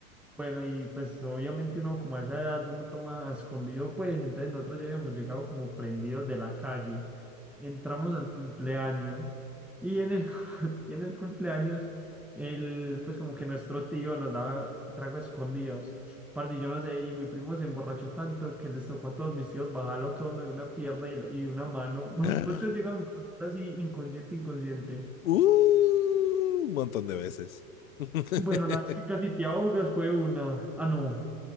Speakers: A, in the centre; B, on the left.
A: Bueno, y pues obviamente uno como a esa edad uno toma a escondido, pues entonces nosotros ya habíamos llegado como prendidos de la calle. Entramos al cumpleaños y en el, <laughs> y en el cumpleaños, el, pues como que nuestro tío nos daba trago escondidos. Parce, yo no sé, y mi primo se emborrachó tanto que les tocó a todos mis tíos bajarlo cada uno de una pierna y, y de una mano. <laughs>
B: <gasps>
A: Pues te llegan así inconsciente, inconsciente.
B: Uh, un montón de veces. <laughs>
A: Bueno, la vez que casi te ahogas fue una... Ah, no.